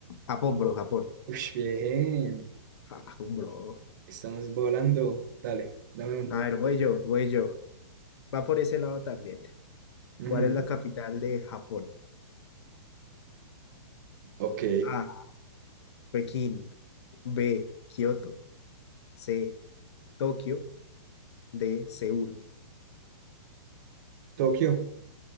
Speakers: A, on the left (about 70°); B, on the right (about 40°).
A: Japón, bro, Japón.
B: Ush, bien.
A: Japón, bro.
B: Estamos volando. Dale, dame uno.
A: A ver, voy yo, voy yo. Va por ese lado también.
B: Ujú.
A: ¿Cuál es la capital de Japón?
B: Ok.
A: A. Pekín. B. Kioto. C. Tokio. D. Seúl.
B: Tokio.